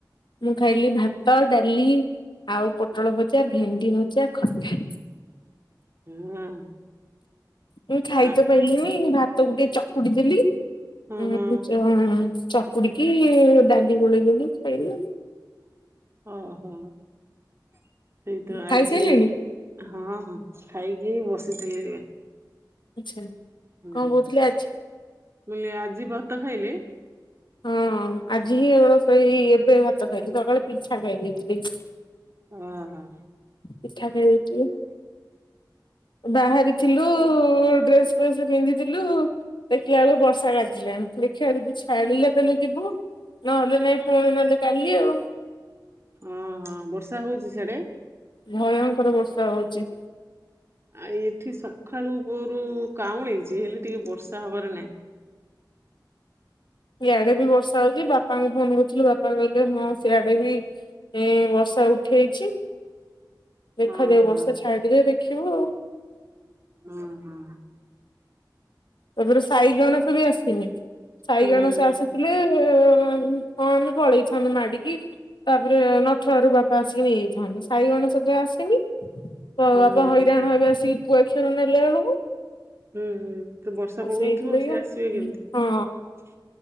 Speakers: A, on the left; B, on the right.
A: ମୁଁ ଖାଇଲି ଭାତ, ଡାଲି, ଆଉ ପୋଟଳ ଭଜା, ଭେଣ୍ଡି ଭଜା ଖଟା।
B: ହଁ।
A: ମୁଁ ଖାଇତ
B: ଆ
A: ପାରିଲିିନି ଭାତ ଗୁଟେ ଚକୁଡ଼ି ଦେଲି
B: ହଁ
A: ଉଁ
B: ହଁ
A: ଚ ଚକୁଡ଼ିକି ଡାଲି ଗୋଳେଇଦେଲି ଖାଇଲି।
B: ଓହୋ ସେଇ ତ
A: ଖାଇସାରିଲେଣି?
B: ଆଜି ହଁ ହଁ ଖାଇକି ବସିଥିଲି।
A: ଆଚ୍ଛା।
B: ମୁ
A: କଣ କହୁଥିଲେ ଆଜି
B: କହିଲି ଆଜି ଭତ ଖାଇଲେ?
A: ହଁ ଆଜି ହିଁ ଏଓଳକ ଏଇ ଏବେ ଭାତ ଖାଇଲି ସକାଳେ ପିଠା ଖାଇ ଦେଇଥିଲି।
B: ଓଁ ହୋ।
A: ପିଠା ଖାଇଦେଇ ଥିଲି। ବାହାରିଥିଲୁ ଡ୍ରେସ୍ ଫେସ୍ ପିନ୍ଧିଥିଲୁ ଦେଖିଲା ବେଳକୁ ବର୍ଷା କାଜିଲାଣି ଦେଖିବା ଯଦି ଛାଡ଼ିଲେ ତାହେଲେ ଯିବୁ। ନହେଲେ ନାଇଁ ପୁଣି ନହେଲେ କାଲି ଆଉ।
B: ହଁ ହଁ ବର୍ଷା ହଉଛି ସିଆଡ଼େ?
A: ଭୟଙ୍କର ବର୍ଷା ହଉଛି।
B: ଆ ଏଠି ସକାଳୁ ପୋହରୁ କାଉଁଳେଇଛି ହେଲେ ଟିକେ ବର୍ଷା ହବାର ନାହିଁ।
A: ଇଆଡ଼େ ବି ବର୍ଷା ହଉଛି ବାପାଙ୍କୁ ଫୋନ୍ କରିଥିଲୁ ବାପା କହିଲେ ହଁ ସିଆଡ଼େ ବି ଏ ବର୍ଷା ଉଠେଇଛି ଦେଖାଯାଉ
B: ଓହୋ
A: ବର୍ଷା ଛାଡ଼ିଲେ ଦେଖିବୁ ଆଉ।
B: ହୁଁ ହୁଁ।
A: ତାପରେ ସାଇଗଣେସ ବି ଆସିନି ସାଇଗଣେସ
B: ହୁଁ ହୁଁ ହୁଁ।
A: ଆସି ଲେ ହଁ ଆମେ ପଳେଇ ଥାନ୍ତୁ ମାଡ଼ିକି ତାପରେ ନଠ ଘରୁ ବାପା ଆସିକି ନେଇଯାଇଥାନ୍ତେ। ସାଇଗଣେଷ ତ ଅସିନି ତ
B: ହୁଁ
A: ବାପା
B: ହୁଁ
A: ହଇରାଣ
B: ହୁଁ
A: ହେବେ ଆସିକି କୁଆଖିଅ ରୁ ନେଲା ବେଳକୁ।
B: ହୁଁ ହୁଁ ତ ବର୍ଷା
A: ଆଉ
B: ପକଉଥିବ
A: ସେଇଥିଲାଗି
B: ସେ ଆସିବେ କେମିତି?
A: ହଁ